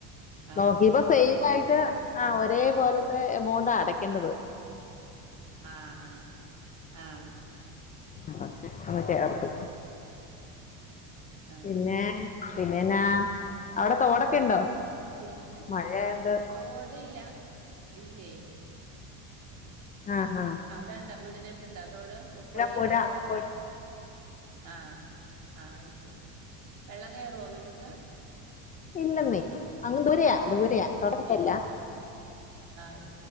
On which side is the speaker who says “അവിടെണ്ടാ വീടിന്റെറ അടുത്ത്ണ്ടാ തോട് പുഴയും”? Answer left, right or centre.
Right